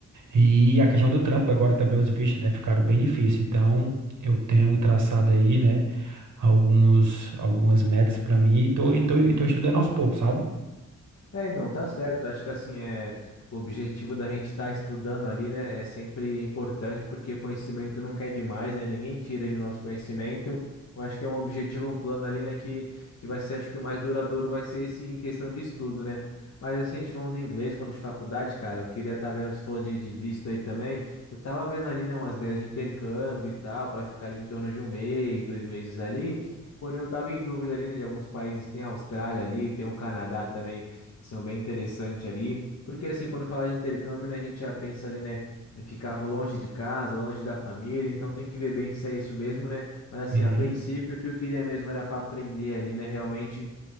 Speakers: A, on the right (about 75°); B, on the left (about 55°).
A: E a questão do trampo, agora também os vistos, né? Ficaram bem difíceis. Então, eu tenho traçado aí, né? Alguns, algumas metas para mim. E tô, e tô, e tô estudando aos poucos, sabe?
B: É, não, tá certo. Acho que assim, é, o objetivo da gente estar estudando ali, né, é sempre importante, porque conhecimento nunca é demais, né? Ninguém tira ali o nosso conhecimento. Eu acho que é um objetivo, um plano ali, né, que, que vai ser, acho que o mais duradouro vai ser esse em questão de estudo, né? Mas assim, a gente falando de inglês, falando de faculdade, cara, eu queria estar vendo, se falou de, de visto aí também, eu tava vendo ali, né, umas ideias de intercâmbio e tal, para ficar ali em torno de um mês, dois meses ali, porém eu tava em dúvida ali, né, de alguns países, tem a Austrália ali, tem o Canadá também que são bem interessantes ali. Porque assim, quando fala de intercâmbio, né, a gente já pensa ali, né, em ficar longe de casa, longe da família, então tem que ver bem se é isso mesmo, né? Mas assim,
A: E,
B: a princípio, o que eu queria mesmo era para aprender ali, né, realmente